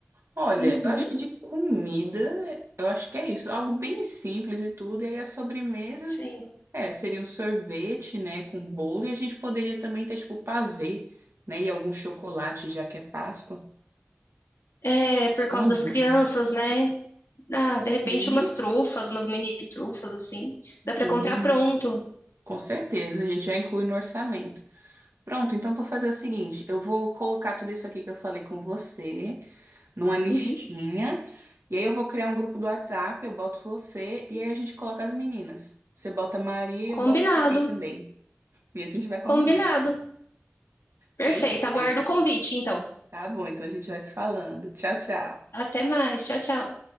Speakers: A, on the right; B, on the left.
A: Olha,
B: Uhum.
A: eu acho que de comida, eu acho que é isso. Algo bem simples e tudo. E aí as sobremesas,
B: Sim.
A: é, seria um sorvete, né, com bolo. E a gente poderia também ter, tipo, pavê, né, e algum chocolate, já que é Páscoa.
B: É, por causa
A: Uma
B: das
A: boa.
B: crianças, né? Ah, de repente
A: Uhum.
B: umas trufas, umas mini trufas, assim.
A: Sim,
B: Dá pra comprar pronto.
A: com certeza. A gente já inclui no orçamento. Pronto, então vou fazer o seguinte. Eu vou colocar tudo isso aqui que eu falei com você. numa listinha.
B: Uhum.
A: E aí eu vou criar um grupo do WhatsApp, eu boto você e aí a gente coloca as meninas. Você bota a Maria e eu
B: Combinado.
A: boto a Gabi também. E a gente vai combinando.
B: Combinado. Perfeito.
A: Perfeito.
B: Aguardo o convite, então.
A: Tá bom, então a gente vai se falando. Tchau, tchau.
B: Até mais. Tchau, tchau.